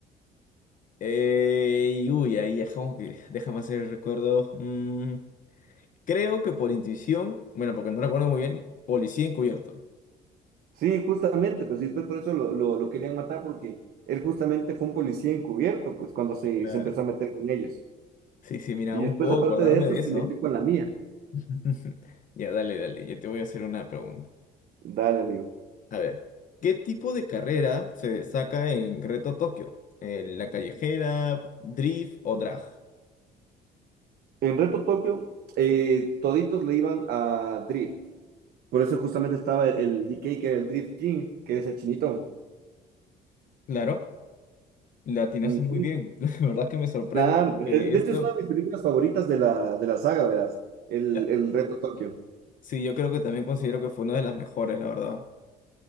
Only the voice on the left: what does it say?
Eh, y uy, ahí dejamos que, <laughs> déjame hacer el recuerdo. Mm, creo que por intuición, bueno, porque no recuerdo muy bien, policía encubierto.
Claro.
Sí, sí, mira,
aún
puedo
acordarme
de
eso.
<laughs> Ya, dale, dale, yo te voy a hacer una pregunta.
A ver, ¿qué tipo de carrera se destaca en Reto Tokio? Eh, ¿la callejera, drift o drag?
Claro. La atinaste
muy bien. <laughs> La verdad es que me sorprende
porque
esto,
la-
sí, yo creo que también considero que fue una de las mejores, la verdad.